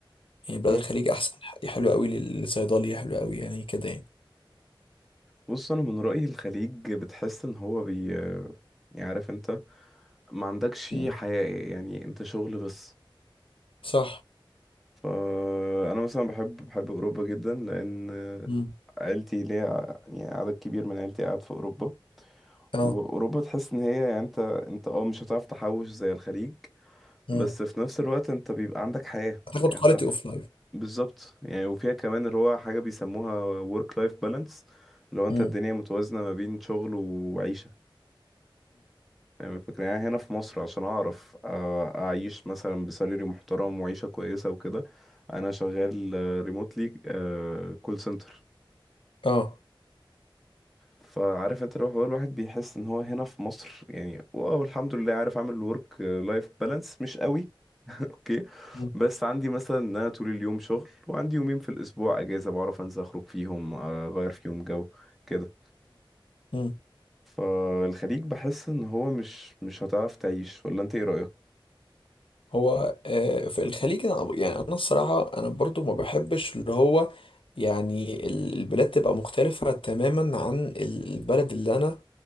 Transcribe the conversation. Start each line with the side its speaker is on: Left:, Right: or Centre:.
Left: يعني بلاد
Centre: مم.
Left: الخليج احسن حلوة قوي للصيدلية حلوة قوي يعني كده يعني
Centre: بص أنا من رأيي الخليج بتحس إن هو بي آه، يعني عارف أنت ما عندكش
Left: مم.
Centre: حياة يعني أنت شغل بس
Left: صح
Centre: فأنا مثلا بحب بحب أوروبا جدا لأن
Left: مم.
Centre: عيلتي ليا يعني عدد كبير من عيلتي قاعد في أوروبا وأوروبا
Left: اه
Centre: تحس إن هي يعني أنت أنت أه مش هتعرف تحوش زي الخليج
Left: مم.
Centre: بس في نفس الوقت أنت بيبقى عندك حياة
Left: هتاخد
Centre: يعني
Left: كواليتي
Centre: تعرف
Left: اوف لايف
Centre: بالظبط يعني وفيها كمان اللي هو حاجة بيسموها work life balance اللي هو أنت
Left: فاهم
Centre: الدنيا متوازنة ما بين شغل وعيشة فاهم الفكرة يعني هنا في مصر عشان أعرف آه، أعيش مثلا بسالري محترم وعيشة كويسة وكده أنا شغال ريموتلي كول سنتر
Left: اه
Centre: فعارف انت لو هو الواحد بيحس ان هو هنا في مصر يعني واو الحمد لله عارف اعمل ورك لايف بالانس مش قوي <laughs> اوكي
Left: مم.
Centre: بس عندي مثلا ان انا طول اليوم شغل وعندي يومين في الاسبوع اجازة بعرف انزل اخرج فيهم آه، اغير فيهم جو كده
Left: مم.
Centre: فالخليج بحس ان هو مش مش هتعرف تعيش ولا انت ايه رأيك؟
Left: هو آه، في الخليج انا يعني انا الصراحه انا برضو ما بحبش اللي هو يعني ال- البلاد تبقى مختلفه تماما عن ال- البلد اللي انا